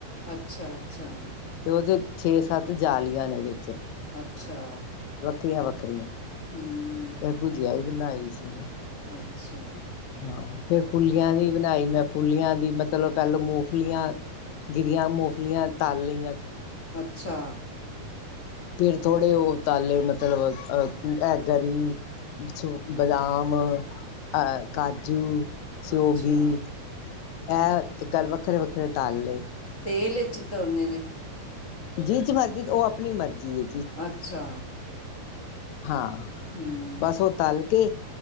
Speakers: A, on the left; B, on the left.
A: ਅਛਾ-ਅਛਾ।
B: ਤੇ ਦੇ ਛੇ-ਸੱਤ ਜਾਲੀਆਂ ਨੇ ਵੇਚ
A: ਅਛਾ।
B: ਵੱਕਰੀਆਂ-ਵੱਕਰੀਆਂ।
A: ਹੂੰ
B: ਫੇਰ ਭੁਜੀਆ ਈ ਵੀ ਬਨਾਈ ਸੀ ਮੈ।
A: ਅਛਾ।
B: ਹਾਂ ਫੇਰ ਫੁੱਲੀਆਂ ਦੀ ਬਣਾਈ ਮੈਂ ਫੁੱਲੀਆਂ ਦੀ ਮਤਲਬ ਪੈਲਾਂ ਮੌਫਲੀਆਂ ਗੀਰੀਆਂ ਮੋਫਲੀਆਂ ਤਾ ਲਈਆਂ
A: ਅਛਾ।
B: ਫੇਰ ਥੋੜੇ ਓ ਤਾਲੇ ਮਤਲਬ ਅਆ ਐ ਗਰੀ ਸੋ ਬਦਾਮ, ਐ ਕਾਜੂ, ਸੋਗੀ
A: ਅੱਛਾ
B: ਐ ਤੇ ਕੱਲ ਵੱਖਰੇ-ਵੱਖਰੇ ਤਾਲ ਲਏ
A: ਤੇਲ ਵੀਚ ਧੋਨੇ ਨੇ?
B: ਜੀਚ ਮਰਜੀ ਤੇ ਓ ਆਪਣੀ ਮਰਜ਼ੀ ਏ।
A: ਅਛਾ।
B: ਹਾਂ
A: ਹੂੰ
B: ਬਸ ਓ ਤਲ ਕੇ